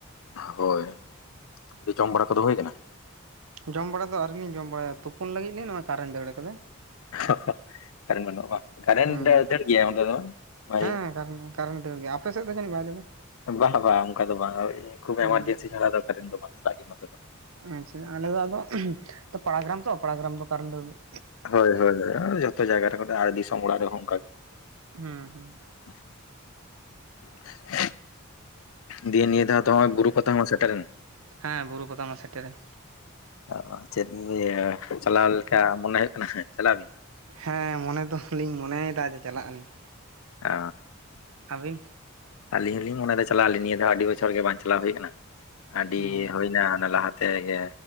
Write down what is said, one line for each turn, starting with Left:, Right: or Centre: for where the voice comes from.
Left: ᱦᱳᱭ ᱡᱮ ᱡᱚᱢ ᱵᱟᱲᱟ ᱠᱚᱫᱚ ᱦᱩᱭ ᱟᱠᱟᱱᱟ
Right: ᱡᱚᱢ ᱵᱟᱲᱟ ᱫᱚ ᱟᱨᱤ ᱞᱤᱧ ᱡᱚᱢ ᱵᱟᱲᱟᱭᱟ ᱛᱩᱯᱩᱱ ᱞᱟᱹᱜᱤᱫ ᱞᱤᱧ ᱱᱚᱣᱟ ᱠᱟᱨᱮᱱ ᱫᱟᱹᱲ ᱠᱟᱫᱟᱭ
Left: ᱦᱚᱜ ᱦᱚᱜ ᱠᱟᱨᱮᱱ ᱵᱟᱱᱩ-ᱟ ᱵᱟᱝ ᱠᱟᱨᱮᱱᱴ
Right: ᱦᱩᱸ
Left: ᱫᱟᱲᱮ ᱜᱮᱭᱟ ᱚᱱᱛᱮ ᱫᱚ ᱦᱳᱭ
Right: ᱦᱮᱸ ᱠᱟᱨᱮᱱ ᱠᱟᱨᱮᱱ ᱫᱟᱹᱲ ᱜᱮᱭᱟ ᱟᱯᱮ ᱥᱮᱫ ᱫᱚ ᱡᱟᱱᱤᱡ ᱵᱟᱭ ᱫᱟᱲᱟ
Left: ᱵᱟᱝ ᱵᱟᱝ ᱚᱱᱠᱟ ᱫᱚ ᱵᱟᱝ ᱳᱭ ᱠᱷᱩᱵ
Right: ᱦᱩᱸ
Left: ᱮᱢᱟᱨᱡᱮᱱᱥᱤ ᱪᱷᱟᱲᱟ ᱫᱚ ᱠᱟᱨᱮᱱ ᱫᱚ ᱵᱟᱝ ᱪᱟᱞᱟᱜ ᱜᱮᱭᱟ ᱱᱚᱛᱮ ᱫᱚ
Right: ᱟᱪᱷᱟ ᱟᱞᱮᱫᱚ ᱟᱫᱚ ᱯᱟᱲᱟ ᱜᱮᱨᱟᱢ ᱛᱚ ᱯᱟᱲᱟ ᱜᱮᱨᱟᱢ ᱫᱚ ᱠᱟᱨᱚᱱ ᱫᱟᱲ ᱜᱮᱭᱟ
Left: ᱦᱳᱭ ᱦᱳᱭᱳ ᱡᱚᱛᱚ ᱡᱟᱭᱜᱟ ᱨᱮ ᱟᱨ ᱫᱤᱥᱚᱢ ᱚᱲᱟᱜ ᱨᱮᱦᱚᱸ ᱚᱱᱠᱟ ᱜᱮ
Right: ᱦᱩᱸ ᱦᱩᱸ
Left: <unintelligible> ᱫᱤᱭᱮ ᱱᱤᱭᱟᱹ ᱫᱷᱟᱣ ᱫᱚ ᱱᱚᱜᱚᱭ ᱵᱩᱨᱩ ᱯᱟᱛᱟ ᱦᱚᱸ ᱥᱮᱴᱮᱨᱮᱱ
Right: ᱦᱮᱸ ᱵᱩᱨᱩ ᱯᱟᱛᱟ ᱢᱟ ᱥᱮᱴᱮᱨᱮᱱ
Left: ᱚ ᱪᱮᱫ ᱤᱭᱟᱹ ᱪᱟᱞᱟᱣ ᱞᱮᱠᱟ ᱢᱚᱱᱮ ᱦᱩᱭᱩᱜ ᱠᱟᱱᱟ ᱪᱟᱞᱟᱜ ᱟᱵᱤᱱ
Right: ᱦᱮᱸ ᱢᱚᱱᱮ ᱫᱚ ᱞᱤᱧ ᱢᱚᱱᱮᱭᱮᱫᱟ ᱡᱮ ᱪᱟᱞᱟᱜ ᱟᱹᱞᱤᱧ
Left: ᱟᱹᱻᱻ
Right: ᱟᱹᱵᱤᱱ
Left: ᱟᱹᱞᱤᱧ ᱦᱚᱞᱤᱧ ᱢᱚᱱᱮᱭᱮᱫᱟ ᱪᱟᱞᱟᱜ ᱟᱞᱤᱧ ᱱᱤᱭᱟᱹ ᱫᱷᱟᱣ ᱟᱹᱰᱤ ᱵᱚᱪᱷᱚᱨ ᱜᱮ ᱵᱟᱝ ᱪᱟᱞᱟᱣ ᱦᱳᱭ ᱠᱟᱱᱟ ᱟᱹᱰᱤ
Right: ᱦᱩᱸ
Left: ᱦᱩᱭᱱᱟ ᱦᱟᱱᱮ ᱞᱟᱦᱟᱛᱮ ᱜᱮ